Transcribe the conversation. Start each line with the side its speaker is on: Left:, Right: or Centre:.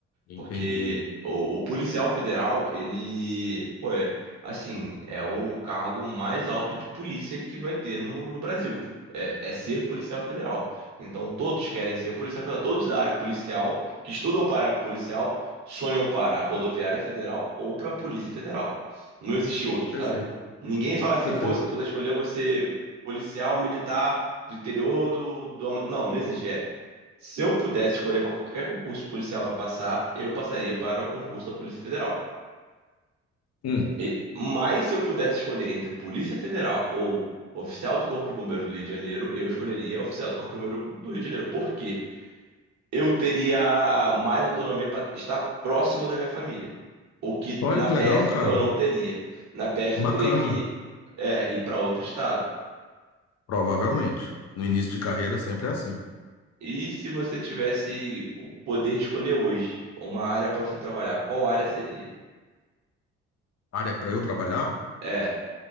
Left: Entendi.
Right: Porque o, o policial federal, ele, pô, é, assim, é o cargo mais alto de polícia que vai ter no, no Brasil. É, é ser policial federal. Então todos querem ser policial federal. Todos da área policial, que estudam para a policial, sonham para a rodoviária federal ou para a polícia federal. Não existe outro,
Left: Perfeito,
Right: sabe? Ninguém fala assim,
Left: perfeito.
Right: pô, se eu puder escolher, eu vou ser policial militar do interior do, do... Ama- Não, não existe. É, se eu pudesse escolher para qualquer concurso policial para passar, eu passaria para o concurso da Polícia Federal.
Left: Hum.
Right: E- mas se eu pudesse escolher entre Polícia Federal ou oficial do Corpo de Bombeiro do Rio de Janeiro, eu escolheria oficial do Corpo de Bombeiro do Rio de Janeiro. Por quê? Eu teria mais autonomia para estar próximo da minha família. O que
Left: Olha
Right: na
Left: que
Right: PF
Left: legal, cara.
Right: eu não teria. Na PF
Left: Bacana,
Right: eu teria que é, ir para outro estado.
Left: provavelmente. No início de carreira sempre é assim.
Right: E se você tivesse o poder de escolher hoje uma área para você trabalhar, qual área seria?
Left: Área para eu trabalhar
Right: É,